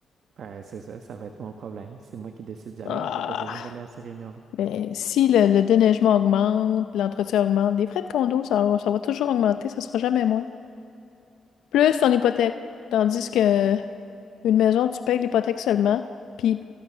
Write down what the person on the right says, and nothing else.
Ben c'est ça, ça va être mon problème. C'est moi qui décide d'y aller,
mais j'ai pas besoin d'aller à ces réunions-là.